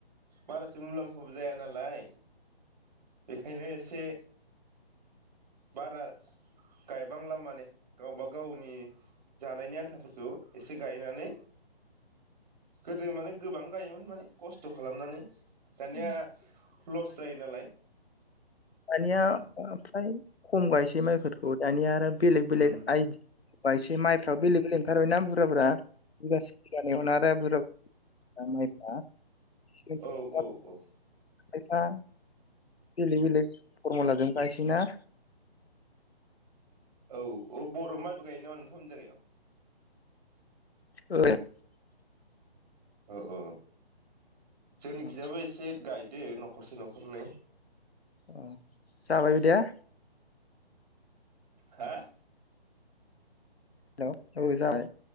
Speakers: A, on the right; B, on the left.
A: बारासो मुलाम्फाबो जाया नालाय बेखायनो एसे बारा गायबांला माने गावबा गावनि जानायनि आन्थाफोरखौ एसे गायनानै गोदो माने गोबां गायोमोन माने खस्थ' गायोमोन खालामनानै दानिया
B: <unintelligible>
A: लस जायो नालाय
B: दानिया फ्राय खम गायसै माइफोरखौ दानिया आरो बेलेग बेलेग
A: उम
B: आदि गायसै माइफ्राबो बेलेग - बेलेग ओंखारबाय ना बुर जाया बिगासि <unintelligible> दा माइ फोरा <inaudible>
A: औ औ - औ
B: खायफा बेलेग - बेलेग फरमुलाजों गायसैनाया
A: औ - औ बर' माइबो गायो नामा नोंथांमोन जायगायाव
B: <unintelligible>
A: औ - औ
B: औ
A: जोंनि खिजाबो एसे गाय दे न'खरसे न'खरनै
B: औ जाबाय बिदिया
A: हा
B: हेलौ' औ जाबाय